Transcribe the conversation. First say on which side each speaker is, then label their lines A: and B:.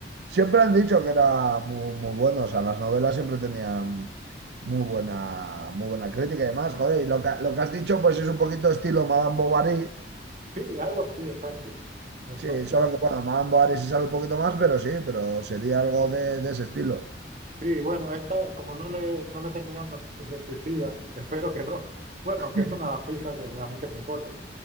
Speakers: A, on the right (about 70°); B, on the right (about 45°).
A: siempre han dicho que era muy, muy bueno, o sea, las novelas siempre tenían muy buena, muy buena crítica y demás, joder, y lo que, lo que has dicho pues es un poquito estilo Madame Bovary,
B: <laughs> sí, algo así, exacto, exacto.
A: sí, solo que bueno, Madame Bovary sí sale un poquito más, pero sí, pero sería algo de, de ese estilo.
B: Sí, bueno, esta, como no le, no lo he terminado, no sé si se suicida, espero que no. Bueno,
A: <laughs>
B: aunque es una pija que me- a mí que me importa.